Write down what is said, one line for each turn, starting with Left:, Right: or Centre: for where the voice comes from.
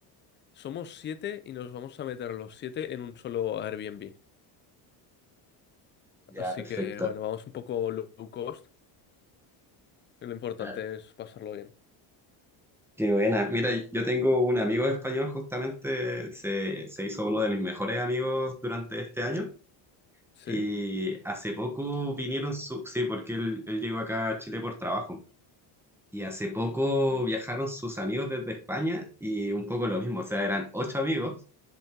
Left: Somos siete y nos vamos a meter los siete en un solo Airbnb.
Centre: Ya,
Left: Así
Centre: perfecto.
Left: que bueno, vamos un poco low cost. Lo importante
Centre: Claro.
Left: es pasarlo bien.
Centre: Qué buena. Mira, yo tengo un amigo español, justamente se, se hizo uno de mis mejores amigos durante este año
Left: ¿Sí?
Centre: Y hace poco vinieron su, sí, porque él, él llegó acá a Chile por trabajo. Y hace poco viajaron sus amigos desde España y un poco lo mismo, o sea, eran ocho amigos